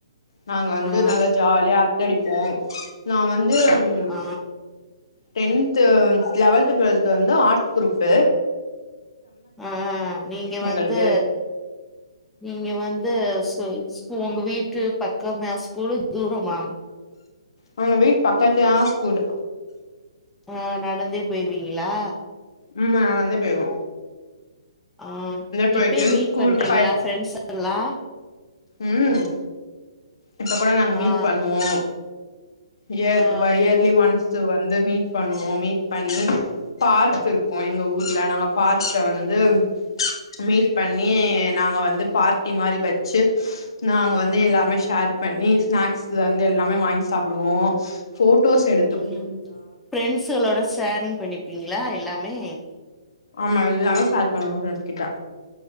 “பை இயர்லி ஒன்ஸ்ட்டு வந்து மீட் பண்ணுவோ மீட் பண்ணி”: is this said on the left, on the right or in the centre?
Left